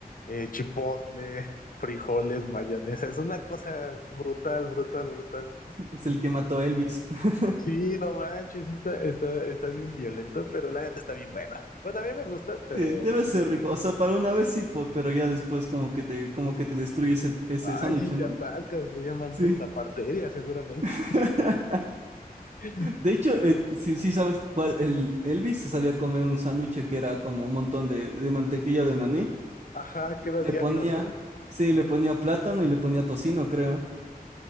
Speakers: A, on the left (about 60°); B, on the right (about 45°).
A: eh, chipotle, frijoles, mayonesa. Es una cosa brutal, brutal, brutal.
B: es el que mató a Elvis. <laughs>
A: Sí, no manches, sí está, está, está bien violento, pero la neta está bien buena. Bueno, a mí me gusta, pero...
B: Sí, debe ser rico. O sea, para una vez sí, po- pero ya después como que te, como que te destruye ese, ese sándwich,
A: Ay, si te
B: ¿no?
A: atascas, le llaman
B: Sí.
A: el taparteria seguramente.
B: <laughs>
A: <laughs>
B: De hecho, eh, sí, sí sabes cuál, el Elvis se sabía comer un sándwich que era como un montón de, de mantequilla de maní.
A: Ajá, que era
B: Le
A: diario,
B: ponía,
A: ¿no?
B: sí, le ponía plátano y le ponía tocino, creo.